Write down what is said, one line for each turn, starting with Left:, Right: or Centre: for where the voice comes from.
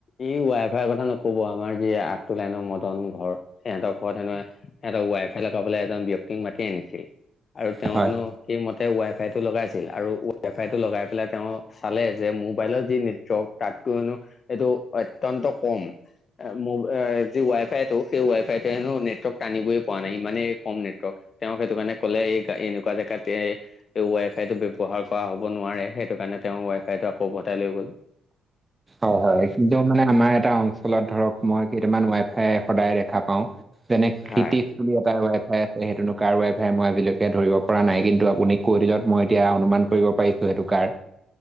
Left: এই ৱাই-ফাইৰ কথা নক'ব। আমাৰ যি এইটো লাইনৰ মদন ঘৰ সিহঁতৰ ঘৰত সেনো সিহঁতৰ ৱাই-ফাই লগাবলে এজন ব্যক্তি তেওঁক মাতি আনিছিল আৰু তেওঁ
Right: হয়
Left: হেনো সেই ম তেওঁ ৱাই-ফাই টো লগাইছিল, আৰু ৱাই-ফাই টো লগাই পেলাই তেওঁ চালে যে মোবাইলত যি নেটৱৰ্ক তাত কৈ হেনো এইটো অত্যন্ত কম, মো যি ৱাই-ফাই টো সেই ৱাই-ফাই টোৱে হেনো নেটৱৰ্ক টানিবই পৰা নাই, ইমানে কম নেটৱৰ্ক। তেওঁ সেইটো কাৰণে ক'লে, এই এনেকুৱা জেগাতে তেওঁ ৱাই-ফাই টো ব্যৱহাৰ কৰা হ'ব নোৱাৰে, সেইটো কাৰণে তেওঁ ৱাই-ফাই টো আকৌ উভতাই লৈ গ'ল।
Right: অ', হয়। কিন্তু মানে আমাৰ এটা অঞ্চল ফলত ধৰক মই কেইটামান ৱাই ফাই সদায় দেখা পাওঁ, যেনে কৃতিত
Left: হয়,
Right: এটা ৱাই ফাই আছে সেইটোনো কাৰ ৱাই বুলি এটা ৱাই-ফাই আছে, হেইটোনো কাৰ ৱাই-ফাই মই আজিলৈকে ধৰিব পৰা নাই। কিন্তু আপুনি কৈ দিলত মই এতিয়া অনুমান কৰিব পাৰিছো সেইটো কাৰ।